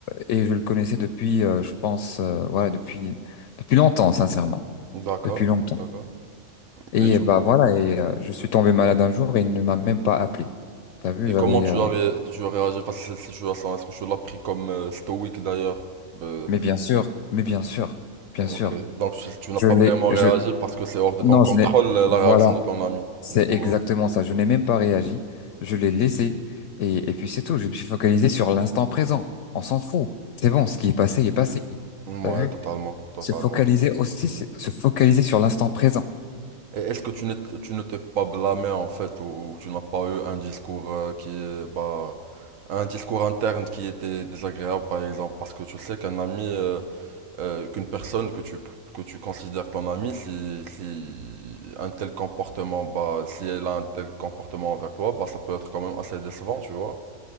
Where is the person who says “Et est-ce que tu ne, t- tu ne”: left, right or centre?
Right